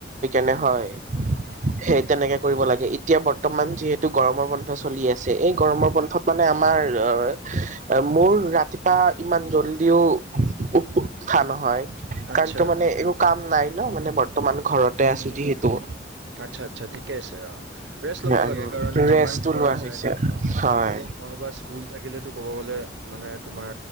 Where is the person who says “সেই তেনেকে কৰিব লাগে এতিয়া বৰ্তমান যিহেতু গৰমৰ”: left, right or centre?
Right